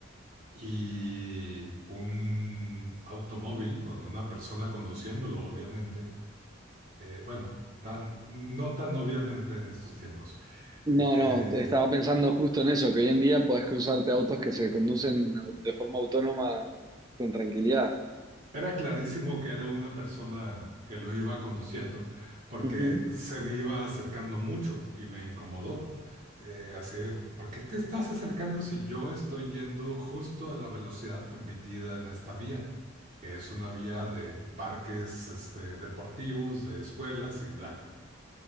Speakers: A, on the right; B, on the right.
A: y un automóvil con una persona conduciéndolo, obviamente, eh, bueno, tan, no tan obviamente en estos tiempos,
B: No,
A: eh,
B: no, estaba
A: eh,
B: pensando justo en eso, que hoy en día podés cruzarte autos que se conducen de forma autónoma con tranquilidad.
A: Era clarísimo que era una persona que lo iba conduciendo porque
B: Ujú.
A: se me iba acercando mucho y me incomodó. Eh, así, ¿por qué te estás acercando si yo estoy yendo justo a la velocidad permitida en esta vía? Que es una vía de parques, este, deportivos, de escuelas y bla.